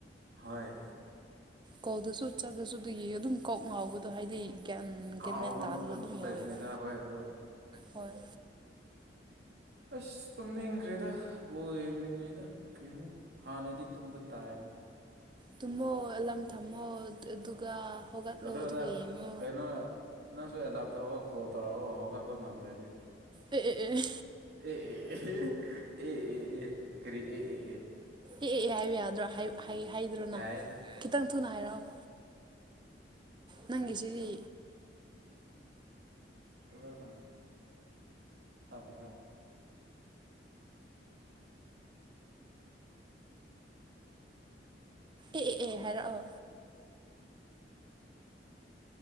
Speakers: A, on the right; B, on the right.
A: ꯍ
B: ꯀꯧꯗꯁꯨ ꯆꯠꯗꯁꯨ ꯑꯗꯨꯒꯤ ꯑꯗꯨꯝ ꯀꯣꯛ ꯉꯥꯎꯕꯗꯣ ꯍꯥꯏꯗꯤ ꯒ꯭ꯌꯥꯟ
A: ꯀꯥꯎꯕ
B: ꯃꯦꯟ ꯇꯥꯗꯨꯗ
A: ꯃꯇꯝꯁꯨ
B: ꯑꯗꯨꯝ
A: ꯂꯩꯕꯅꯤꯗ
B: ꯌꯥꯎꯋꯦꯕ
A: ꯍꯣꯏ ꯑꯗꯣ
B: ꯍꯣꯏ
A: ꯑꯁ ꯇꯨꯝꯅꯤꯡ ꯀ꯭ꯔꯤꯗ ꯕꯣꯜ <unintelligible> ꯀꯩꯅꯣ ꯍꯥꯟꯅꯗꯤ ꯇꯗ ꯇꯥꯏ
B: ꯇꯨꯝꯃꯣ ꯑꯦ ꯊꯝꯃꯣ ꯑꯗꯨꯒ ꯍꯧꯒꯠꯂꯣ
A: ꯑꯗꯨ
B: ꯑꯗꯨꯒ
A: ꯑꯗ
B: ꯌꯦꯡꯉꯣ
A: ꯀꯩꯅꯣ ꯅꯪꯁꯨ ꯑꯦꯂꯥꯔꯝ ꯊꯣꯛꯑꯒ ꯀꯣꯜ ꯇꯧꯔꯛꯑꯣ ꯍꯧꯒꯠꯄ ꯉꯝꯗ꯭ꯔꯗꯤ
B: ꯑ
A: ꯑꯦ ꯑꯦ ꯑꯦ ꯑꯦ ꯑꯦ ꯑꯦ ꯑꯦ ꯀꯔꯤ ꯑꯦ ꯑꯦ ꯑꯦ
B: ꯑꯦ ꯑꯦ ꯑꯦ ꯍꯥꯏꯌꯨ ꯌꯥꯗ꯭ꯔꯣ ꯍꯥꯏꯗ꯭ꯔꯣꯅ
A: ꯌꯥꯏ
B: ꯈꯤꯇꯪ ꯊꯨꯅ ꯍꯥꯏꯔꯛꯑꯣ ꯅꯪ ꯁꯤꯔꯤ
A: ꯐ ꯊꯃ
B: ꯑꯦ ꯑꯦ ꯑꯦ ꯍꯥꯏꯔꯑꯣ